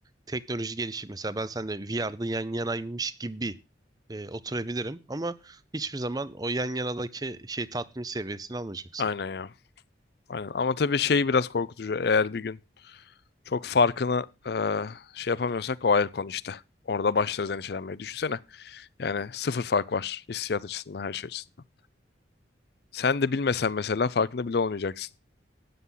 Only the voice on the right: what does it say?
teknoloji gelişir. Mesela ben seninle VR'da yan yanaymış gibi e, oturabilirim. Ama hiçbir zaman o yan yanadaki şey tatmin seviyesini almayacaksın.